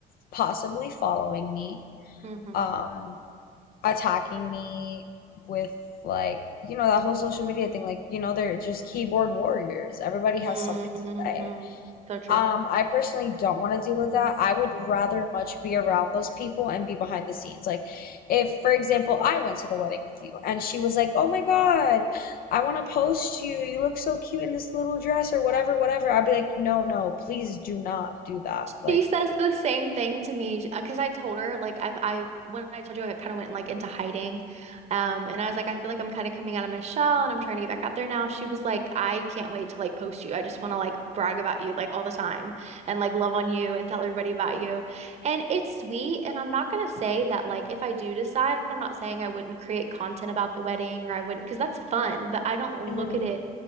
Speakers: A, on the left; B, on the right.
A: possibly following me.
B: Mhm.
A: um attacking me with like you know that whole social media thing like you know they're just keyboard warriors everybody
B: hmm
A: has something to say
B: So true.
A: um i personally don't want to deal with that i would rather much be around those people and be behind the scenes like if for example i went to the wedding with you and she was like oh my god i want to post you you look so cute in this little dress or whatever whatever i'd be like no no please do not do that like
B: She says the same thing to me because I told her like I've I when I told you I kind of went like into hiding, um, and I
A: mhm,
B: was like I feel like I'm kind of coming out of my shell and I'm trying to get back out there now. She was like I can't wait to like post you. I just want to like brag about you like all the time and like love on you and tell everybody about you. And it's sweet. And I'm not gonna say that like if I do decide, I'm not saying I wouldn't create content about the wedding or I wouldn't because that's fun. But I don't look
A: mhm,
B: at it.